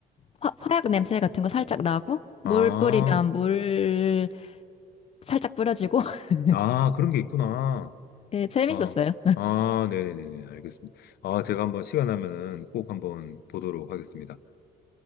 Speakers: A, on the left; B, on the left.
A: 화, 화약 냄새 같은 거 살짝 나고,
B: 아,
A: 물 뿌리면 물 살짝 뿌려지고, <laughs>
B: 아, 그런 게 있구나.
A: 예, 재밌었어요.
B: 아, 아, 네네네네. 알겠습니다. 아, 제가 한번 시간 나면은 꼭 한번 보도록 하겠습니다.